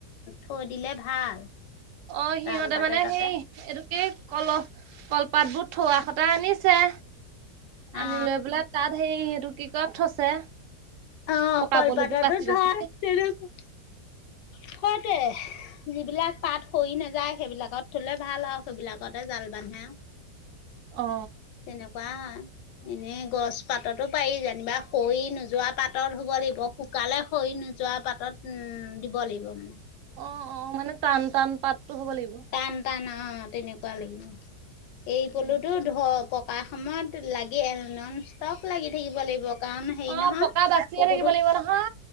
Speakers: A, on the left; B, on the right.
A: থৈ দিলে ভাল।
B: অ সিহঁতে
A: তাল পাতে
B: মানে
A: তাতে
B: সেই এইটো এই কলহ কলপাতবোৰ থোৱা খটা আনিছে। আনি
A: অ
B: লৈ পেলাই তাত সেই সেইটো কি কয়ত থৈছে।
A: অ
B: পকা
A: কলপাততো
B: পলুবোৰ বাচি
A: থয়
B: বাচি
A: তেনেুৱা সতে যিবিলাক পাত সৰি নাযায় সেইবিলাকত থলে ভাল আও সেইবিলাকতে জাল বান্ধে আও।
B: অ।
A: তেনেকুৱা এনেই গছ পাততো পাৰি যেনিবা সৰি নোযোৱাত পাতত শুব লাগিব শুকালে সৰি নোযোৱা পাতত উম দিব লাগিব মানে।
B: অ অ মানে টান টান পাতটো হ'ব লাগিব।
A: টান টান অ তেনেকুৱা লাগিব এৰি পলুতো
B: উম
A: ধপ পকা সময়ত লাগি নন ষ্টপ লাগি থাকিব লাগিব। কাম হেৰি
B: অ
A: নহয়
B: পকা বাচিয়ে
A: কুকুৰটো,
B: থাকিব লাগিব নহয়